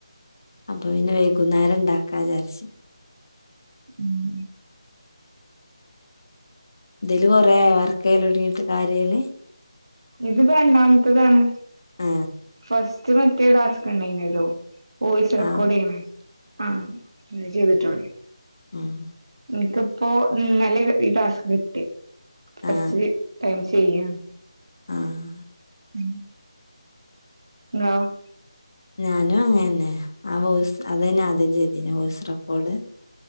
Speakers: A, on the left; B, on the right.
A: അപ്പം പിന്നെ വൈകുന്നേരം ഉണ്ടാക്കാ വിചാരിച്ചു.
B: ഉം
A: !!!!!!!!!!!
B: ഇത് ഇപ്പൊ രണ്ടാമത്തെതാണ്
A: ആ
B: ഫസ്റ്റ് മറ്റേ ഡാസ്ക് ഉണ്ടായിനല്ലോ വോയിസ് റെക്കോർഡ്
A: ആ
B: ചെയ്യണേ ആ ചെയ്തിട്ടോണ്ട്
A: ആഹ്
B: എനിക്കിപ്പോ ഇന്നലെ ഈ ടാസ്ക് കിട്ടി ഫസ്റ്റ്
A: ആ
B: ടൈം ചെയ്യാ
A: ആഹ്
B: ഉം <unintelligible>
A: ഞാനും അങ്ങനെ ആ വോയിസ് അതുതന്നെയാ ആദ്യം ചെയ്തിന്നു വോയിസ് റെക്കോഡ്